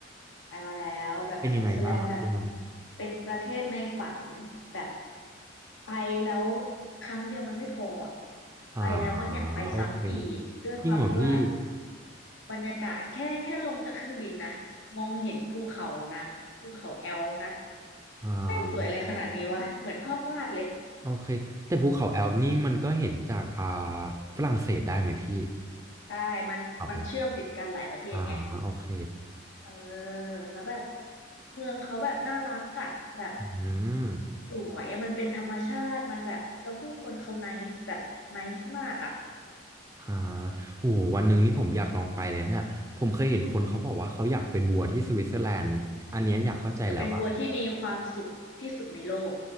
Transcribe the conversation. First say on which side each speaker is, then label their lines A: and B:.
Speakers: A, on the left; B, on the right.
A: ไปมาแล้วแบบสวิตเซอร์แลนด์แบบ
B: เป็นยังไงบ้างที่นั่น
A: เป็นประเทศในฝัน แบบไปแล้วครั้งเดียวมันไม่พออะ
B: อ่า
A: ไปแล้วมันอยากไปซ้ำอีก
B: โอเค
A: ด้วยความที่ว่า
B: จริงเหรอพี่
A: บรรยากาศแค่แค่ลงจากเครื่องบินนะ มองเห็นภูเขานะภูเขาแอลป์นะ
B: อ่า
A: แม่งสวยอะไรขนาดนี้วะ เหมือนภาพวาดเลย
B: โอเคแต่ภูเขาแอลป์นี่มันก็เห็นจากอ่าฝรั่งเศสได้ไหมพี่
A: ใช่มันมันเชื่อมติดกันหลายประเทศไง
B: ออกแล้วอ่าโอเค
A: เออแล้วแบบเมืองเขาแบบน่ารักอะแบบ
B: อืม
A: สวยอะมันเป็นธรรมชาติมันแบบแล้วผู้คนเขา n น c e แบบไน c e มากอะ
B: อ่าโหวันหนึ่งนี่ผมอยากลองไปเลยเนี่ยผมเคยเห็นคนเขาบอกว่าเขาอยากเป็นวัวที่สวิตเซอร์แลนด์อันเนี้ยอยากเข้าใจแล้วว่า
A: จะเป็นวัวที่มีความสุขที่สุดในโลก